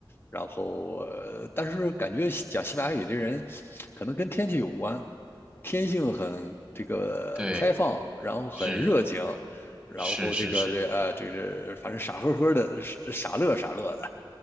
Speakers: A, on the left; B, on the right.
A: 然后，呃，但是感觉讲西班牙语的人，可能跟天气有关。天性很这个开放，
B: 对
A: 然后很热情，
B: 是
A: 然后这个这啊呃这是反正傻呵呵的，
B: 是是是。
A: 傻乐傻乐的，